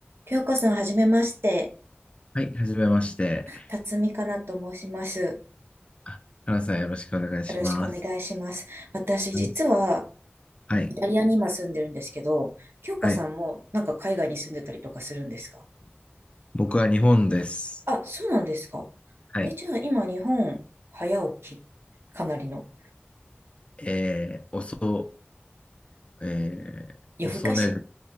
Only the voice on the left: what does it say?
はい、はじめまして。
あ、原さんよろしくお願いします。
はい、
はい、
はい。
僕は日本です。
はい。
ええー、遅、えー、
遅寝る、